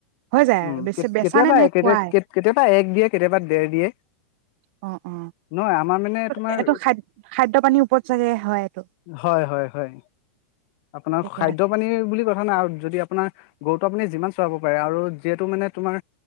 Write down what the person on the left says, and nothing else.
উম
কে কে
কেতিয়াবা
কে
কে কেতিয়াবা কেতিয়াবা এক দিয়ে কেতিয়াবা দেৰ দিয়ে
নহয় আমাৰ মানে তোমাৰ
হয়, হয়, হয়। আপোনাৰ
খাদ্য
পানী বুলি কথা নাই আৰু। যদি আপোনাৰ গৰুটো আপুনি যিমান চৰাব পাৰে, আৰু যিহেতু মানে তোমাৰ